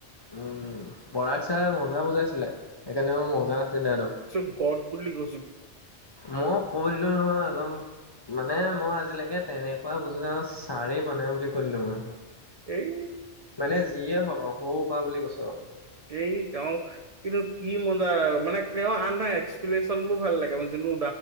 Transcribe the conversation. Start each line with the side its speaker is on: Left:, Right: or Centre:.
Left: উম, বৰাক চাই মজা বুজাইছিলে সেইকাৰণেও মজা আছিল দে।
Right: গৰ বুলি কৈ।
Left: মই কৰিলো নহয় একদম। মানে মই আজিলৈকে তেনেকুৱা বুজো যাওঁ। ছাৰেই বনাই বুলি কলো মই
Right: এই
Left: মানে যিয়ে হওক আৰু সৰু পৰা বুলি কৈছো আৰু।
Right: সহি তেওঁ কিন্তু, কি মজা মানে, তেওঁ আনধৰ এক্সপ্লেনেশচন বোৰ ভাল লাগে মান যোনটো